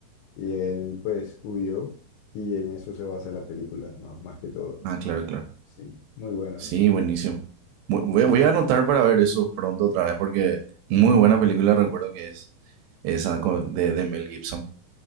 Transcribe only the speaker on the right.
Ah, claro, claro.
Sí,
buenísimo. Mu- Voy, voy a anotar para ver eso pronto otra vez porque muy buena película recuerdo que es esa co- de, de Mel Gibson.